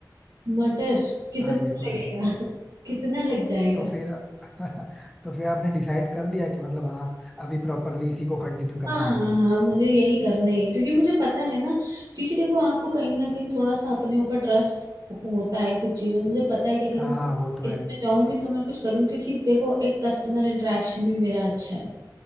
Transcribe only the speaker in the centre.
हाँ ये तो
है
तो फिर <laughs> तो फिर आपने डिसाइड कर लिया कि मतलब हाँ अभी प्रॉपरली इसी को कंटिन्यू
करना है आगे
हाँ
हाँ वो तो
है